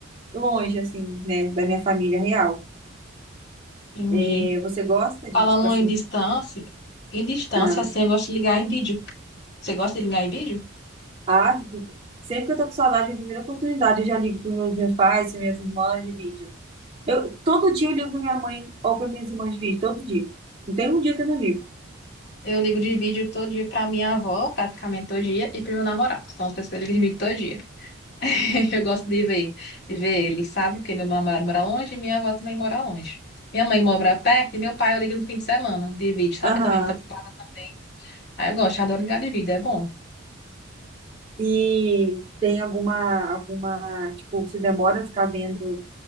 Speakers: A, on the right; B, on the left.
A: longe assim, né, da minha família real.
B: Entendi.
A: É, você gosta de
B: Falando
A: tipo assim,
B: em distância, em distância,
A: ah,
B: assim, eu gosto de ligar em vídeo. Você gosta de ligar em vídeo?
A: ah, tipo, sempre que eu tô com saudade, a primeira oportunidade eu já ligo para meus meus pais, para minhas irmãs de vídeo. Eu todo dia eu ligo para minha mãe ou para minhas irmãs de vídeo, todo dia. Não tem um dia que eu não ligo.
B: Eu ligo de vídeo todo dia pra minha avó, praticamente todo dia, e pro meu namorado. São as pessoas que eu ligo de vídeo todo dia. <laughs> Eu gosto de ver, de ver ele, sabe? Porque meu namorado mora longe e minha avó também mora longe. Minha mãe mora perto e meu pai eu ligo no fim de semana de vídeo, sabe?
A: Aham.
B: Eu também muito ocupada também. Aí eu gosto, eu adoro ligar de vídeo, é bom.
A: E tem alguma, alguma, tipo, você demora a ficar vendo,